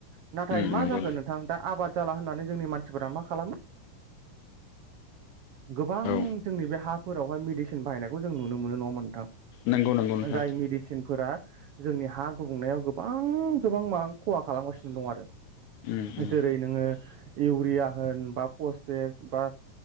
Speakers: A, on the right; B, on the left.
A: नाथाय
B: उम
A: मा
B: नंगौ
A: जाखो नोंथां दा आबाद जाला होननानै जोंनि मानसिफोरा मा खालामो गोबां
B: औ
A: जोंनि बे हाफोरावहाय मेडिसिन बाहायनायखौ जों नुनो मोनो नङा थां
B: नंगौ नंगौ नोंथां
A: जाय मेडिसिनफोरा जोंनि हा गुबुंनायाव गोबां गोबां मा खहा खालामगासिनो दं आरो।
B: उम उम
A: जेरै नों ओ इउरिया होन बा पसपेट बा